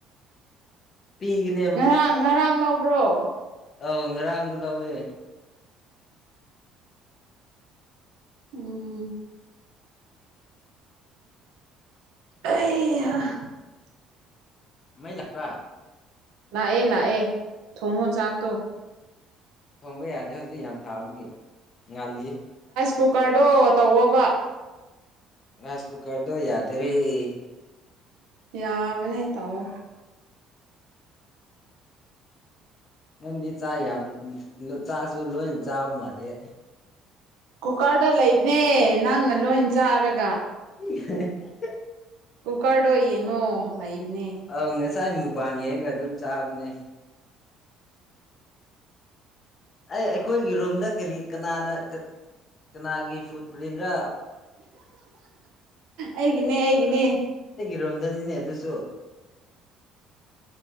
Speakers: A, on the left (about 25°); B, on the right (about 80°).
A: ꯄꯤꯒꯅꯦ
B: ꯉꯔꯥꯡ ꯉꯔꯥꯡ ꯂ ꯍꯕ꯭ꯔꯣ
A: ꯑ ꯔꯒ ꯂꯋꯦ
B: ꯎꯝ ꯑꯩ
A: ꯃꯥꯏ ꯂꯥꯛꯄ꯭ꯔ
B: ꯂꯥꯛꯑꯦ ꯂꯥꯛꯑꯦ ꯊꯣꯡꯉꯣ ꯆꯥꯛꯇꯣ
A: ꯊꯣꯡꯕ ꯌꯥꯗꯦ ꯍꯧꯖꯤꯛ ꯌꯥꯝ ꯁꯥꯕꯒꯤ ꯉꯜꯂꯤ
B: ꯄꯨ ꯀꯥꯗꯣ ꯇꯋꯣꯕ
A: ꯔꯥꯏꯁ ꯀꯨꯀꯔꯗ ꯌꯥꯗꯔꯤꯦ
B: ꯌꯥꯕꯅꯦ ꯇꯑꯣ
A: ꯅꯪꯗꯤ ꯆꯥꯛ ꯌꯥꯝ ꯆꯥꯛꯁꯨ ꯂꯣꯏꯅ ꯆꯥꯕ ꯃꯥꯜꯂꯦ
B: ꯀꯨꯀꯔꯗ ꯂꯩꯕꯅꯦ ꯅꯪꯅ ꯂꯣꯏ ꯆꯥꯔꯒ
A: <unintelligible>
B: ꯀꯨꯀꯔꯗꯣ ꯌꯦꯡꯉꯣ ꯂꯩꯕ ꯄꯨꯅꯦ
A: ꯑꯧ ꯉꯁꯥꯏ ꯃꯨꯛꯕꯥꯡ ꯌꯦꯡꯒ ꯑꯗꯨꯝ ꯆꯥꯕꯅꯦ ꯑꯩ ꯑꯩꯈꯣꯏꯒꯤ ꯔꯨꯝꯗ ꯀꯔꯤ ꯀꯅꯥꯅ ꯀꯅꯥꯒꯤ ꯐꯨꯗ ꯕꯟꯗ꯭ꯔꯥ
B: ꯑꯩꯒꯤꯅꯦ ꯑꯩꯒꯤꯅꯦ
A: ꯔꯣꯝꯖꯅꯤꯅꯦ ꯑꯗꯨ ꯆ